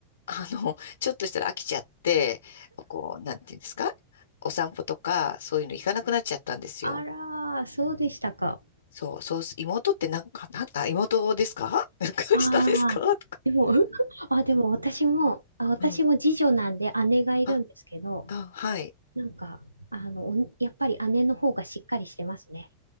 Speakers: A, on the left (about 65°); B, on the right (about 80°).
A: あの、ちょっとしたら飽きちゃって、こう、なんていうんですかお散歩とか、そういうの行かなくなっちゃったんですよ。
B: あらー、そうでしたか。
A: そう、そうす、妹ってなんか、なん、あ、妹ですか <laughs> なんか下ですかとか。
B: ああ、でも、<laughs> あ、でも私も、あ、私も次女なんで姉がいるんですけど、
A: うん。あ、あ、はい。
B: なんか、あの、おやっぱり姉の方がしっかりしてますね。